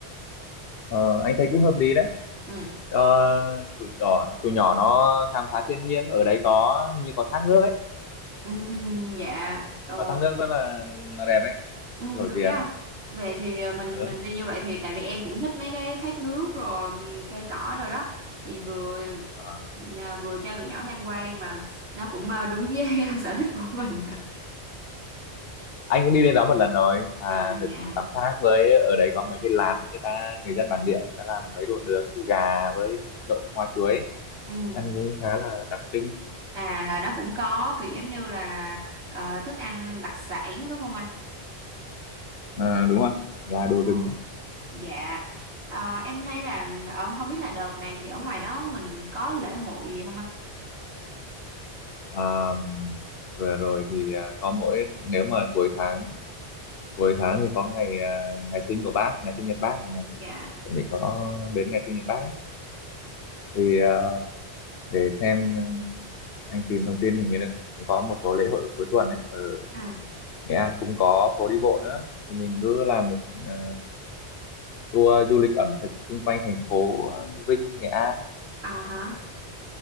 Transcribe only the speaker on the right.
Ừ.
Ừ, ừ, dạ. Ờ,
Ừ,
được
đó anh. Về thì ờ, mình
mình đi như vậy thì tại vì em cũng thích mấy cái thác nước rồi ừm, cây cỏ rồi đó thì vừa
nhà- vừa cho tụi nhỏ tham quan mà nó cũng ờ, đúng với <laughs> sở thích của mình.
À
dạ.
Ừ.
À là nó cũng có kiểu giống như là ờ, thức ăn đặc sản đúng không anh?
Ồ
dạ. Ờ, em thấy là ở không biết là đợt này thì ở ngoài đó mình có lễ hội gì không anh?
Dạ.
À,
à hả?